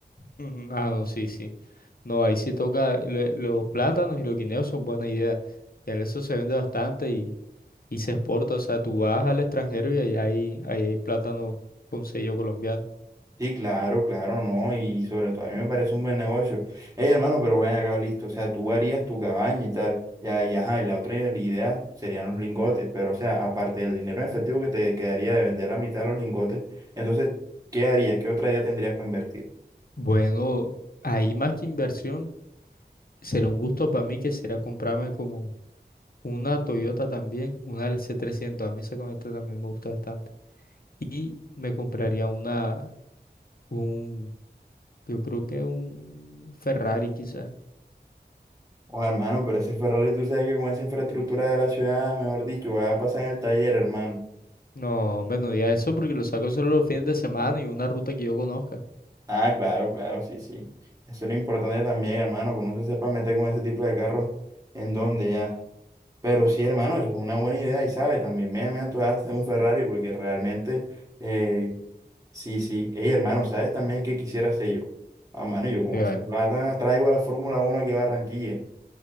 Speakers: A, on the left (about 55°); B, on the right (about 20°).
A: Ujú, Ah, no, sí, sí. No, ahí sí toca lo- los plátanos y los guineos son buena idea. Ya eso se vende bastante y y se exporta. O sea, tú vas al extranjero y ahí hay, ahí hay plátano con sello colombiano.
B: Sí, claro, claro, ¿no? Y sobre todo a mí me parece un buen negocio. Hey, hermano, pero ven acá, listo. O sea, tú harías tu cabaña y tal. Ya, ya, ajá, y la otra idea serían los lingotes. Pero, o sea, aparte del dinero en efectivo que te quedaría de vender la mitad de los lingotes, entonces, ¿qué harías? ¿Qué otra idea tendrías para invertir?
A: Bueno, ahí más que inversión, será un gusto para mí que será comprarme como una Toyota también, una lc trescientos A mí esa camioneta también me gusta bastante. Y me compraría una, un, yo creo que un Ferrari quizás.
B: Oh, hermano, pero ese Ferrari, tú sabes que con esa infraestructura de la ciudad, mejor dicho, va a pasar en el taller, hermano.
A: No, hombre, no digas eso porque lo saco solo los fines de semana y una ruta que yo conozca.
B: Ah, claro, claro, sí, sí. Eso es lo importante también, hermano, que uno se sepa meter con ese tipo de carros en donde ya. Pero sí, hermano, eso es una buena idea y sabe, también me, me antojaste de un Ferrari porque realmente, eh, sí, sí. Ey, hermano, ¿sabes también qué quisiera hacer yo? Ah, mano, yo con
A: Qué
B: esa
A: vaina.
B: plata traigo la Fórmula Uno aquí a Barranquilla.